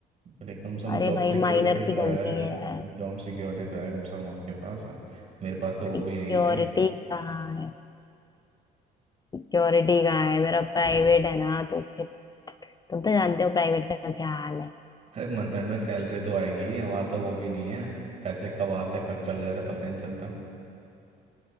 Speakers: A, on the right; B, on the left.
A: लेकिन कम से कम
B: अरे
A: जॉब
B: भाई
A: सिक्योरिटी
B: माइनर सी
A: तो है
B: गलती है
A: जॉब सिक्योरिटी तो है कम से कम आपके पास मेरे पास तो वो
B: सिक्योरिटी
A: भी नहीं है
B: कहाँ है सिक्योरिटी का है मेरा प्राइवेट है ना तो फिर तुम तो जानते हो प्राइवेट का क्या हाल है
A: अरे मंथ एंड में सैलरी तो आएगी हमारा तो वो भी नहीं है पैसे कब आते हैं कब चले जाते हैं पता ही नहीं चलता